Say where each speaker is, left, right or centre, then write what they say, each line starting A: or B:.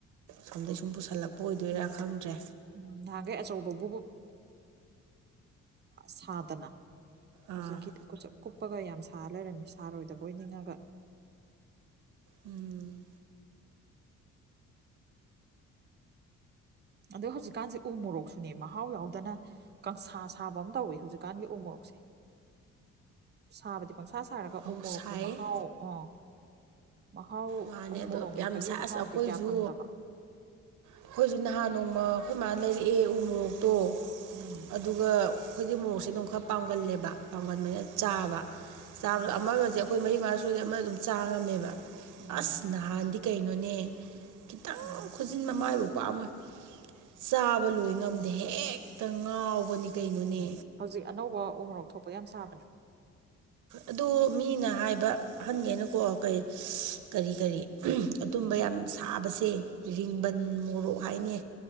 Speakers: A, on the right; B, on the right.
A: ꯁꯣꯝꯗꯩ ꯁꯨꯝ ꯄꯨꯁꯜꯂꯛꯄ ꯑꯣꯏꯗꯣꯏꯔꯥ ꯈꯪꯗ꯭ꯔꯦ
B: ꯎꯝ ꯅꯍꯥꯟꯈꯩ ꯑꯆꯧꯕꯕꯨꯕꯨ ꯁꯥꯗꯅ
A: ꯑꯥ
B: ꯍꯧꯖꯤꯛꯀꯤ ꯀꯨꯞꯄꯒ ꯌꯥꯝ ꯁꯥ ꯁꯥ ꯂꯩꯔꯝꯃꯤ ꯁꯥꯔꯣꯏꯗꯕ ꯑꯣꯏ ꯅꯤꯡꯉꯒ
A: ꯎꯝ
B: ꯑꯗꯣ ꯍꯧꯖꯤꯛꯀꯥꯟꯁꯦ ꯎ ꯃꯣꯔꯣꯛꯁꯨꯅꯦ ꯃꯍꯥꯎ ꯌꯥꯎꯗꯅ ꯀꯥꯡꯪꯁꯥ ꯁꯥꯕ ꯑꯃ ꯇꯧꯋꯦ ꯍꯧꯖꯤꯛꯀꯥꯟꯒꯤ ꯎ ꯃꯣꯔꯣꯛꯁꯦ ꯁꯥꯕꯗꯤ ꯄꯪꯁꯥ ꯁꯥꯔꯒ
A: ꯑꯧ
B: ꯎ ꯃꯣꯔꯣꯛꯀꯤ
A: ꯁꯥꯏ
B: ꯃꯍꯥꯎ ꯑꯥ ꯃꯍꯥꯎ
A: ꯃꯥꯅꯦ
B: ꯎ
A: ꯑꯗꯣ
B: ꯃꯣꯔꯣꯛ ꯃꯦꯠꯄꯒꯤ
A: ꯌꯥꯝ ꯁꯁ
B: ꯃꯍꯥꯎꯗꯤ
A: ꯑꯩꯈꯣꯏꯁꯨ
B: ꯀꯌꯥ ꯐꯪꯗꯕ
A: ꯑꯩꯈꯣꯏꯁꯨ ꯅꯍꯥꯟ ꯅꯣꯡꯃ ꯑꯩꯈꯣꯏ ꯃꯥꯅ ꯂꯩꯔꯛꯑꯦ ꯎ ꯃꯣꯔꯣꯛꯇꯣ
B: ꯎꯝ
A: ꯑꯗꯨꯒ ꯑꯩꯈꯣꯏꯗꯤ ꯃꯣꯔꯣꯛꯁꯦ ꯑꯗꯨꯝ ꯈꯔ ꯄꯥꯝꯒꯜꯂꯦꯕ ꯄꯥꯡꯒꯟꯕꯅ ꯆꯥꯕ ꯆꯥꯕꯗ
B: ꯎꯝ
A: ꯑꯃꯒꯁꯦ ꯑꯩꯈꯣꯏ ꯃꯔꯤ ꯃꯉꯥ ꯁꯨꯔꯦ ꯑꯃ ꯑꯗꯨꯝ ꯆꯥ ꯉꯝꯃꯦꯕ
B: ꯎꯝ
A: ꯑꯁ ꯅꯍꯥꯟꯗꯤ ꯀꯩꯅꯣꯅꯦ ꯈꯤꯇꯪ
B: ꯎꯝ
A: ꯈꯨꯖꯤꯟ ꯃꯥꯏꯕ ꯄ ꯑꯃ ꯆꯥꯕ ꯂꯣꯏ ꯉꯝꯗꯦ ꯍꯦꯛꯇ ꯉꯥꯎꯕꯅꯤ ꯀꯩꯅꯣꯅꯦ
B: ꯎꯝ ꯍꯧꯖꯤꯛ ꯑꯅꯧꯕ ꯎ ꯃꯣꯔꯣꯛ ꯊꯣꯛꯄ ꯌꯥꯝ ꯁꯥꯕꯅꯦ
A: ꯑꯗꯣ ꯃꯤꯅ ꯍꯥꯏꯕ ꯍꯟꯒꯦꯅꯀꯣ ꯀꯔꯤ ꯀꯔꯤ ꯑꯗꯨꯝ ꯁꯨꯝꯕ ꯌꯥꯝ ꯁꯥꯕꯁꯦ ꯔꯤꯡꯕꯟ
B: ꯎꯝ
A: ꯃꯣꯔꯣꯛ ꯍꯥꯏꯅꯦ